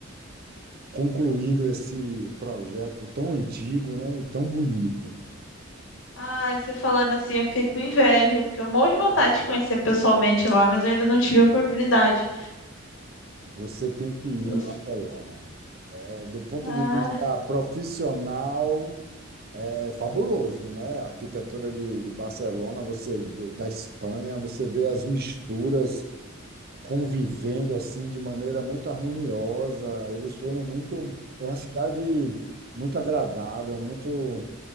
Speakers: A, on the right; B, on the left.
A: concluindo esse projeto tão antigo, né, e tão bonito.
B: Ai, você falando assim, eu fiquei com inveja, porque eu morro de vontade de conhecer pessoalmente lá, mas eu ainda não tive a oportunidade.
A: Você tem que ir
B: E você-
A: em Barcelona. É, do ponto
B: Ah,
A: de vista profissional, é fabuloso, né? A arquitetura de, de Barcelona, você vê, da Espanha, você vê as misturas convivendo assim de maneira muito harmoniosa. Eles foram muito. É uma cidade muito agradável, muito